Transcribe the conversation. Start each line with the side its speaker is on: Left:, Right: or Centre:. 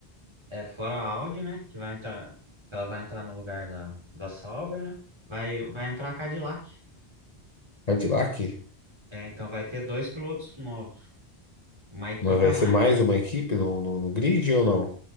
Right: É fora a Audi, né? Que vai entrar, que ela vai entrar no lugar da, da Sauber, né? Vai, vai entrar a Cadillac.
Left: Cadillac,
Right: É, então vai ter dois pilotos novos, uma equipe
Left: mas vai
Right: a
Left: ser
Right: mais.
Left: mais uma equipe no, no, no grid ou não?